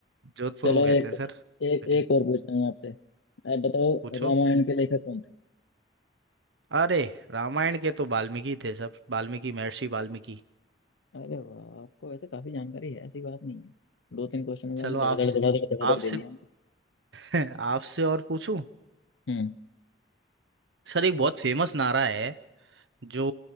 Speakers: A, on the right (about 75°); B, on the left (about 85°).
A: जोधपुर
B: चलो
A: को कहते
B: एक
A: हैं सर
B: एक
A: बेटी
B: एक और पूछता हूँ आपसे आप बताओ
A: पूछो
B: रामायण के लेखक कौन थे
A: अरे रामायण के तो वाल्मीकि थे सब वाल्मीकि महर्षि वाल्मीकि
B: अरे वाह आपको वैसे काफी जानकारी है ऐसी बात नहीं है दो तीन क्वेश्चन में
A: चलो
B: आपने
A: आप
B: धड़ाधड़ धड़ाधड़ धड़ाधड़
A: आपसे
B: दे दिया हमको।
A: <laughs> आपसे और पूछूं
B: हम्म
A: सर एक बहुत फेमस नारा है जो